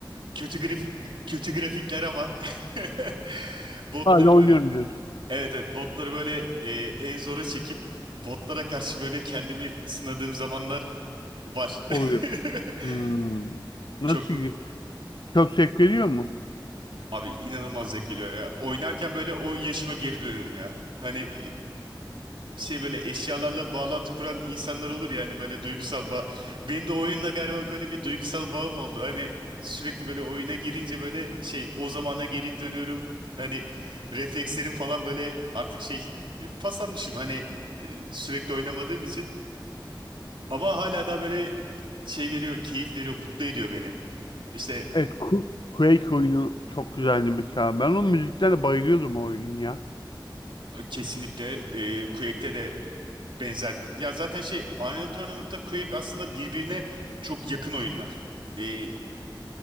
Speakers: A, on the right; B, on the left.
A: kötü grif kötü grafikler ama <laughs> botları
B: Hala
A: böyle
B: oynuyorum diyorsun.
A: evet evet botları böyle e, en zora çekip botlara karşı böyle kendimi sınadığım zamanlar var.
B: Oluyor.
A: <laughs>
B: Hmm. Nasıl
A: Çok bu-
B: ki? Çok zevk veriyor mu?
A: abi inanılmaz zevk veriyor ya. Oynarken böyle o yaşıma geri dönüyorum ya. Hani şey böyle eşyalarla bağlantı kuran insanlar olur ya hani böyle duygusal bağ. Benim de oyunla galiba böyle bir duygusal bağım oldu. Hani sürekli böyle oyuna girince böyle şey o zamana geri dönüyorum. Hani reflekslerim falan böyle artık şey e, paslanmışım hani e, sürekli oynamadığım için. Ama hala da böyle şey veriyor, keyif veriyor, mutlu ediyor beni. İşte
B: Evet. Qu- Quake oyunu çok güzeldi mesela. Ben onun müziklerine bayılıyordum o oyunun ya.
A: e, kesinlikle e, Quake'te de benzer. Ya zaten şey Unreal Tournament'ta Quake aslında birbirine çok yakın oyunlar. E,